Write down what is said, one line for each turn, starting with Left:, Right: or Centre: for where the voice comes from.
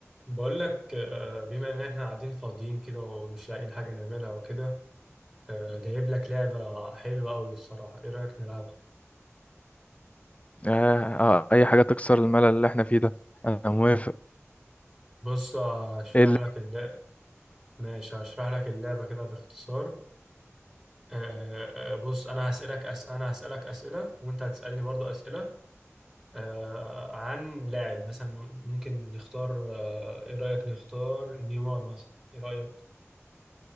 Right: بقول لك آه، بما ان احنا قاعدين فاضيين كده ومش لاقيين حاجه نعملها وكده آه، جايب لك لعبه حلوه قوي الصراحه ايه رايك نلعبها
Left: آه, آه أي حاجة تكسر الملل اللي احنا فيه ده أنا موافق
Right: بص هشرح
Left: إيه اللي
Right: لك اللعبه ماشي هشرح لك اللعبه كده باختصار آه، آه، آه، بص انا هسالك أس... انا هسالك اسئله وانت هتسالني برضو اسئله آه، عن لاعب مثلا ممكن نختار آه، ايه رايك نختار نيمار مثلا ايه رايك